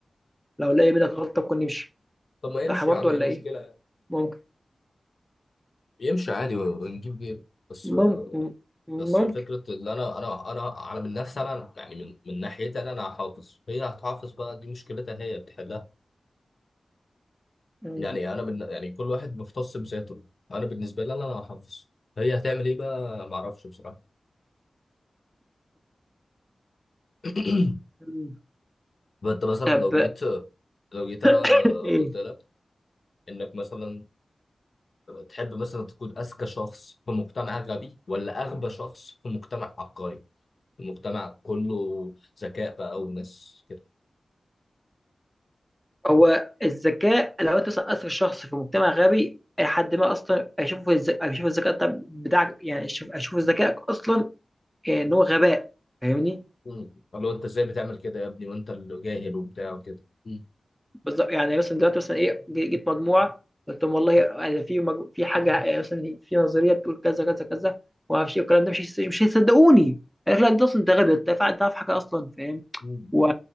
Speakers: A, in the centre; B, on the left.
A: لو لقى منك غلطه ممكن يمشي
B: طب ما يمشي
A: صح برضه
B: يا عم
A: ولا
B: ايه المشكله
A: ايه؟ ممكن
B: يمشي عادي ونجيب غيره بس
A: ممكن ممكن
B: بس فكرة إن أنا أنا أنا أنا من نفسي أنا يعني من من ناحيتي أنا أنا هحافظ هي هتحافظ بقى دي مشكلتها هي بتحلها
A: مم.
B: يعني أنا من يعني كل واحد مختص بذاته أنا بالنسبة لي أنا أنا هحافظ هي هتعمل إيه بقى معرفش بصراحة <clears throat>
A: مم.
B: فأنت مثلا
A: طب
B: لو جيت لو جيت أنا
A: <laughs> ايه
B: قلت لك إنك مثلا تحب مثلا تكون أذكى شخص في مجتمع غبي ولا أغبى شخص في مجتمع عبقري في مجتمع كله ذكاء بقى وناس كده
A: هو الذكاء لو انت مثلا اثر الشخص في مجتمع غبي أي حد ما اصلا اشوفه اشوف الذكاء طب بتاعك يعني اشوف اشوف ذكائك اصلا ان هو غباء فاهمني؟
B: مم. قال له انت ازاي بتعمل كده يا ابني وانت اللي جاهل وبتاع وكده مم.
A: بالظبط يعني مثلا دلوقتي مثلا ايه جي- جيت مجموعه قلت لهم والله يعني في مج... في حاجه يعني مثلا في نظريه بتقول كذا كذا كذا وما اعرفش ايه والكلام ده مش هيص- مش هيصدقوني قال لك لا انت اصلا انت غبي انت فا- انت عارف حاجه اصلا فاهم
B: مم.
A: و...